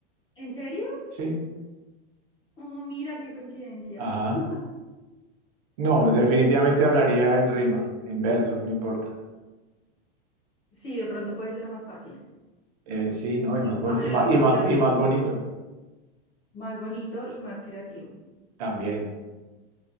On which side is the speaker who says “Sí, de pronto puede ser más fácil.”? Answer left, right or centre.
Left